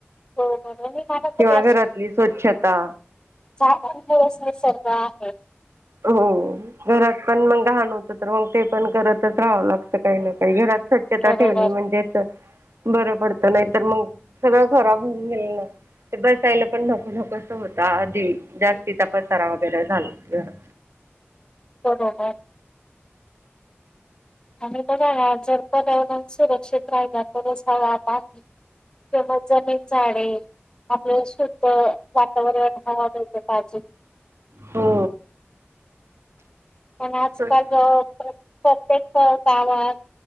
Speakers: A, on the left (about 20°); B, on the right (about 75°).
A: बरोबर आणि मला तरी
B: केव्हा घरातली स्वच्छता
A: <unintelligible> दिवस निसर्ग आहे.
B: हो. घरात पण मग घाण होतं तर मग ते पण करतच राहावं लागत काही ना काही घरात स्वच्छता
A: बरोबर
B: ठेवली म्हणजेच बरं पडतं नाही तर मग सगळं खराब होऊन गेल ना ते बसायला पण नको नकोस होता आधी जास्तीचा पसारा वगैरे झाला घरात.
A: बरोबर आणि बघाना जर पर्यावरण सुरक्षित राहिला तरच हवा-पाणी जमज जणी झाडे आपल्या शुद्ध वातावरण हवा मिळते ताजी
B: हो.
A: पण आजकाल
B: स्वच्छ
A: जवळ प्रत्येक. <unintelligible>